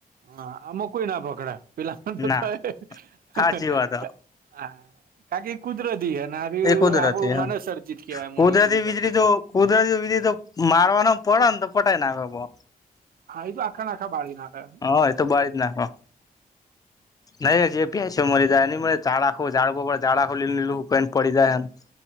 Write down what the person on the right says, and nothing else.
હા આમાં કોઈ ના પકડ પેલા તો
તોય. હા
કારણ કે એ કુદરતી હેને આર્યુ
આ
માનવસર્જિત. કેવાય મૂળ
વીજળી ગમેધા.
હા એ તો આખા ને આખા બાળી નાખે.